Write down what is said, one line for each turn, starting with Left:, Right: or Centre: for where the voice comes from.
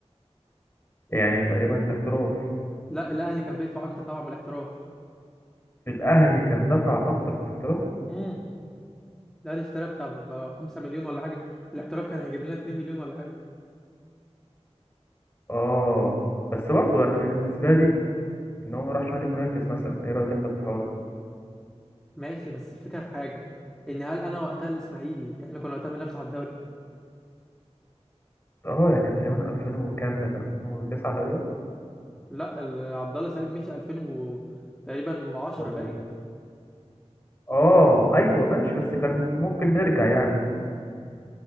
Left: يعني تقريبا الاحتراف
Centre: لا الاهلي كان بيدفع اكتر طبعا بالاحتراف
Left: الاهلي كان دفع اكتر من الاحتراف
Centre: امم الاهلي اشترى بتاع ب 5 مليون ولا حاجه الاحتراف كان هيجيب لنا 2 مليون ولا حاجه
Left: اه بس برضه انا بالنسبه لي ان هو ما راحش نادي منافس مثلا ايه رايك انت في الحوار ده
Centre: ماشي بس الفكرة في حاجة ان هل انا وقتها الاسماعيلي احنا كنا وقتها بننافس على الدوري
Left: اه يعني تقريبا 2000 وكام ده كان 2009 تقريبا
Centre: لا ال- عبد الله سعيد مشي 2000 و... تقريبا و10
Left: أربعة.
Centre: باقي
Left: اه ايوه ماشي بس كان ممكن نرجع يعني